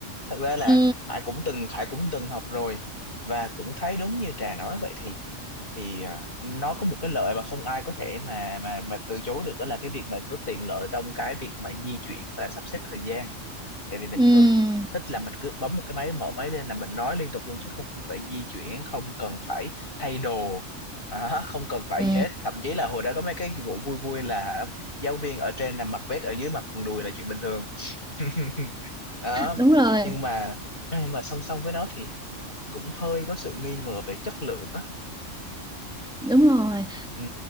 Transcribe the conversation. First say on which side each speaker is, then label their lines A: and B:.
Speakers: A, on the left (about 45°); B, in the centre.
A: thật ra là
B: Ừ,
A: Hải cũng từng Hải cũng từng học rồi và cũng thấy đúng như Trà nói vậy thì thì à, nó có một cái lợi mà không ai có thể mà mà mà từ chối được đó là cái việc mà rất tiện lợi trong cái việc mà di chuyển và sắp xếp thời gian tại vì mình
B: ừ,
A: chỉ cần thích là mình cứ bấm một cái máy mở máy lên là mình nói liên tục luôn chứ không cần phải di chuyển không cần phải thay đồ Đó, không cần phải
B: ừ.
A: gì hết thậm chí là hồi đó có mấy cái vụ vui vui là giáo viên ở trên nằm mặc vest ở dưới mặc quần đùi là chuyện bình thường <laughs> đó
B: đúng rồi
A: nhưng mà nhưng mà song song với nó thì Hải cũng cũng hơi có sự nghi ngờ về chất lượng á
B: đúng rồi
A: ừ